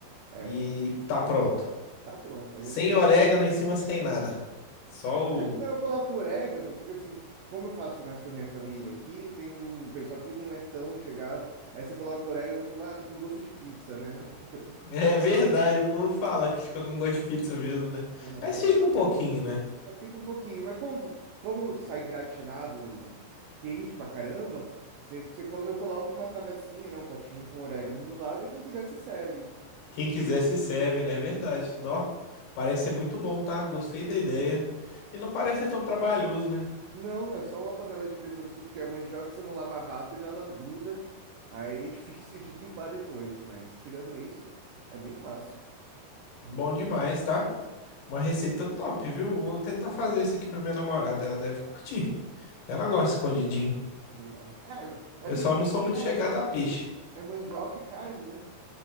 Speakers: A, on the right (about 85°); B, on the left (about 75°).
A: É,
B: e tá pronto.
A: tá pronto. Aí
B: Sem
A: é só.
B: orégano em cima, sem nada. Só o
A: Não, eu coloco orégano, porque assim, como eu faço mais pra minha família aqui, tem um pessoal que não é tão chegado. Aí você coloca orégano e fala, ah, tô com gosto de pizza, né? <laughs>
B: É verdade, o povo fala que fica com gosto de pizza mesmo, né?
A: É,
B: Mas fica um pouquinho, né?
A: é, Fica um pouquinho, mas como, como sai gratinado, quente pra caramba, você, você, colo- eu coloco uma travessinha, né? Um potinho com orégano do lado, e quem quiser se serve.
B: Quem quiser se serve, né? É verdade. Nó, parece ser muito bom, tá? Gostei da ideia. E não parece ser tão trabalhoso, né?
A: Não, é só uma panela de pressão que su- porque a mandioca, se não lavar rápido, ela gruda, aí é <laughs> difícil de limpar depois, mas tirando isso, é bem fácil.
B: Bom demais, tá? Uma receita top, viu? Vou tentar fazer isso aqui pra minha namorada, ela deve curtir. Ela gosta de escondidinho.
A: Legal. É,
B: Eu
A: é bem,
B: só não sou muito
A: simples,
B: chegado
A: né?
B: a peixe.
A: É mandioca e carne, né?